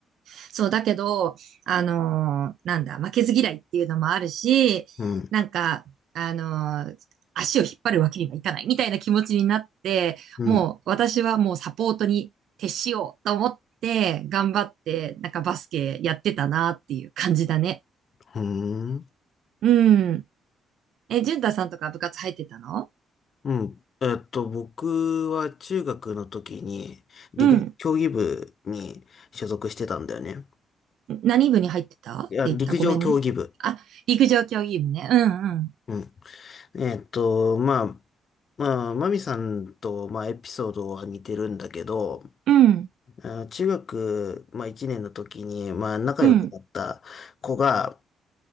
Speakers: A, on the right; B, on the left.
A: そう、だけど、あのーなんだ、負けず嫌いっていうのもあるし、
B: うん。
A: なんか、あのー足を引っ張るわけにはいかないみたいな気持ちになって、
B: うん。
A: もう私はもうサポートに徹しようと思って頑張って、なんかバスケやってたなっていう感じだね。
B: うん
A: うん。え、淳太さんとか部活入ってたの
B: うんえっと、僕は中学の時に陸上競技部に所属してたんだよね。
A: うん。何部に入ってたって言った。
B: いや、陸上競技部。
A: ごめんね。あ、陸上競技部ね。うんうん。
B: うん。えっと、まあ、まあ、マミさんと、まあ、エピソードは似てるんだけど、
A: うん。
B: あー中学、まあ、1年の時に、まあ、仲良くなった子が、
A: うん。